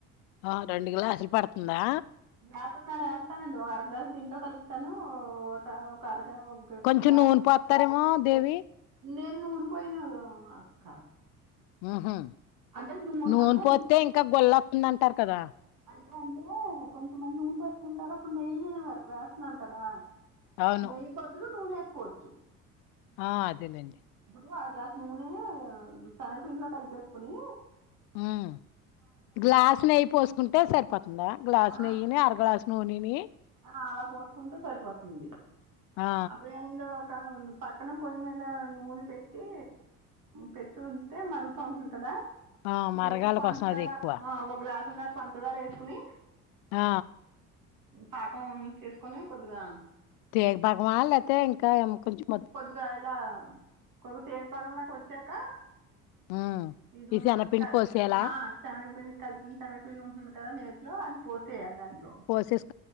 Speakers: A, on the left; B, on the right.
A: ఆ రెండు గ్లాసులు పడుతుందా
B: గ్లాసన్నర వేస్తానండి ఒక అరగ్లాసు దీంట్లో కలుపుతాను ఒక ఒక అరగా
A: కొంచెం
B: గ్రాస్లు
A: నూనె పోత్తారేమో దేవి
B: నేను నూన పోయినాడు అక్క
A: ఉహు
B: అంటే నూ
A: నూనె
B: అంటే
A: పోస్తే ఇంకా గుల్లొతుందంటారు కదా
B: అంటే అంటే కొంచెమంది నూనె పోసుకుంటారు ఇప్పుడు నెయ్యి నేను వేస్తున్నాను కదా
A: అవును
B: నెయ్యి బదులు నూనె వేసుకోవచ్చు
A: ఆ అదేలేండి
B: ఇప్పుడు అర గ్లాస్ నూనె సన్న పిండి లో కలిపెసుకుని
A: ఉమ్ గ్లాసు నెయ్యి పోసుకుంటే సరిపోతుందా గ్లాస్
B: ఆ
A: నెయ్యిని అర గ్లాసు నూనేని
B: ఆ అలా పోసుకుంటే సరిపోతుంది
A: ఆ
B: అప్పుడు ముందు ఒక పక్కన పొయ్యి మీద నూనె పెట్టి పెట్టు మళ్ పంటుందా
A: ఆ
B: ఈ
A: మరగాల
B: లోపు పంచదార
A: కోసం అది ఎక్కువ
B: ఒక గ్లాస్ ఉ పంచదారు వేసుకుని
A: ఆ
B: పాకం చేసుకుని కొద్దిగా
A: తేనె పాకమా లేతే ఇంకా కొంచెం
B: ఇదిగో ఇలా కొ తేనె పాకం వచ్చాక
A: ఆ
B: ఇదిన్న
A: ఈ శనపిండి పోసేయాలా
B: ఆ శనగపిండి కలిపిన శనగపిండి ఉంటుంది కదా నేతీ లో అది పోసేయాలి దాంట్లో
A: పోసేస్